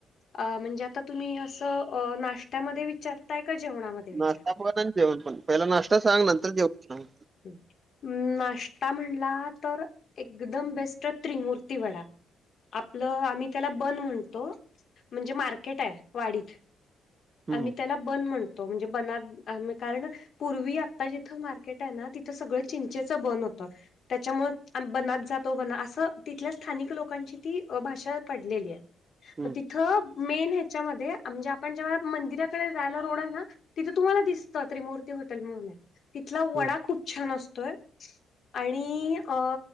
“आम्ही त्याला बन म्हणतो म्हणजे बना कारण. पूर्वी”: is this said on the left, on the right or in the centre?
Left